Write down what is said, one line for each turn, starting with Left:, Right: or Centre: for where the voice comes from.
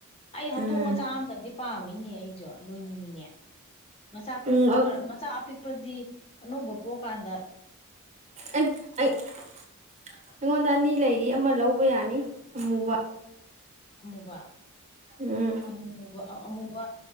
Left: ꯑꯩ ꯍꯧꯗꯣꯡ
Right: ꯎꯝ
Left: ꯃꯆꯥ ꯑꯃꯇꯪꯗꯤ ꯄꯥꯝꯃꯤꯅꯦ ꯑꯩꯖꯣ ꯂꯣꯏꯅꯤꯡꯉꯅꯦ ꯃꯆꯥ ꯄꯣꯛ
Right: ꯎꯝ ꯑꯩ
Left: ꯃꯆꯥ ꯄꯤꯛꯄꯗꯤ ꯑꯅ ꯄꯣꯀꯥꯟꯗ
Right: ꯑꯩꯉꯣꯟꯗ ꯑꯅꯤ ꯂꯩꯔꯤ ꯑꯃ ꯂꯧ ꯑꯃꯕ ꯌꯥꯅꯤ ꯑꯃꯨꯕ
Left: ꯑꯃꯨꯕ
Right: ꯎꯝ
Left: ꯑꯃꯨꯕ ꯑꯃꯨꯕ